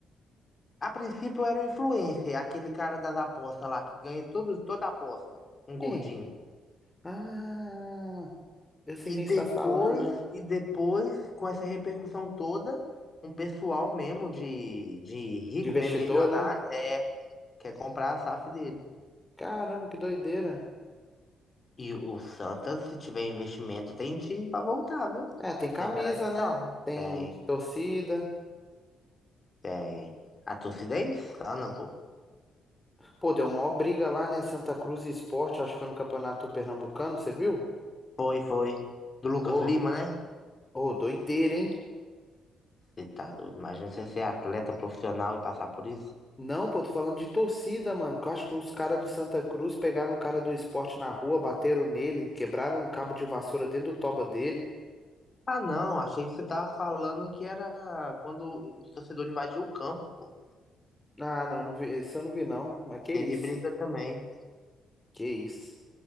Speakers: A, on the left; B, on the left.
A: A princípio era o influencer, aquele cara das apostas lá, que ganha todo, toda aposta. Um gordinho.
B: Quem? Ah. Eu sei
A: E
B: quem
A: depois,
B: está falando.
A: e depois, com essa repercussão toda, um pessoal mesmo de, de rico,
B: De vestidor,
A: mesmo milionário,
B: né?
A: é, quer comprar a SAF dele.
B: Caramba, que doideira.
A: E o Santa, se tiver investimento, tem time pra voltar, viu?
B: É, tem camisa,
A: Tem tradição.
B: né? Tem
A: Tem,
B: torcida.
A: tem. A torcida é insana, pô.
B: Pô, deu mó briga lá, né? Santa Cruz e Sport, acho que foi no Campeonato Pernambucano, você viu?
A: Foi, foi. Do Lucas
B: Pô,
A: Lima, né?
B: ô, doideira, hein?
A: Você tá doido. Imagina você ser atleta profissional e passar por isso.
B: Não, pô, tô falando de torcida, mano. Que eu acho que os caras do Santa Cruz pegaram um cara do Sport na rua, bateram nele, quebraram um cabo de vassoura dentro do toba dele.
A: Ah, não. Achei que você tava falando que era quando os torcedores invadiu o campo, pô.
B: Ah, não, não vi, isso eu não vi, não. Mas que
A: Teve
B: isso?
A: briga também.
B: Que isso?